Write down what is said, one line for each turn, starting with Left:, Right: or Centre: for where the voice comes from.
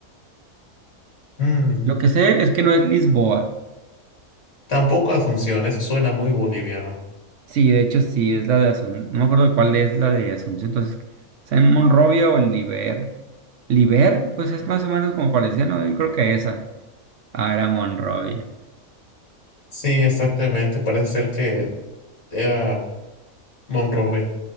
Left: Mm,
Right: Lo que sé es que no es Lisboa.
Left: tampoco Asunción, eso suena muy boliviano.
Right: Sí, de hecho sí, es la de Asunción. No me acuerdo de cuál es la de Asunción. Entonces, ¿sea en Monrovia o Liber? Liber, pues es más o menos como parecía, ¿no? Yo creo que esa. Ah, era Monrovia.
Left: Sí, exactamente, parece ser que era Monrovia.